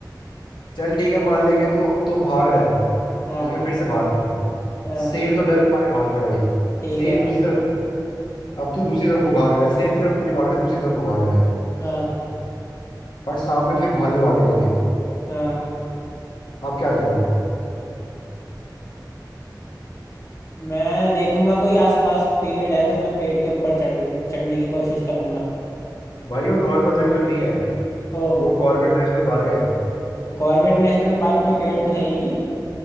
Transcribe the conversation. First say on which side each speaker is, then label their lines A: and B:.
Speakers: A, on the left; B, on the left.
A: चल ठीक है मान ले कि तू तू भाग रहा है अब
B: हाँ
A: ठीक है फिर से भाग तू।
B: हाँ
A: शेर तो डर के मारे भाग गया भाई
B: ठीक
A: शेर
B: है
A: दूसरी तरफ अब तू दूसरी तरफ को भाग रहा है शेर की तरफ नहीं भाग रहा है दूसरी तरफ को भाग रहा है
B: हाँ
A: और सामने फिर भालू आ गए तेरे
B: हाँ
A: अब क्या करेगा
B: मैं देखूंगा कोई आसपास पेड़ है तो मैं पेड़ के ऊपर चढ़ चढ़ने की कोशिश करूंगा
A: भाई वो नॉर्मल जंगल नहीं है
B: तो,
A: वो कॉर्बेट नेशनल पार्क है
B: तो कॉर्बेट नेशनल पार्क में पेड़ तो है ही